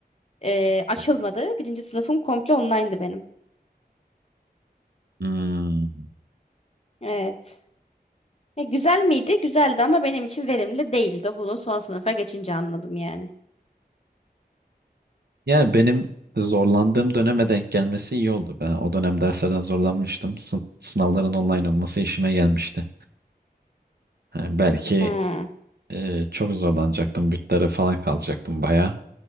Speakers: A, on the left; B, on the right.
A: Ee, açılmadı. Birinci sınıfım komple online'dı benim.
B: Hmm.
A: Evet. Ya güzel miydi? Güzeldi ama benim için verimli değildi. Bunu son sınıfa geçince anladım yani.
B: Yani benim zorlandığım döneme denk gelmesi iyi oldu. Ben o dönem derslerden zorlanmıştım. Sın- sınavların online olması işime gelmişti. Yani belki
A: Ha.
B: Ee, çok zorlanacaktım. Bütlere falan kalacaktım baya.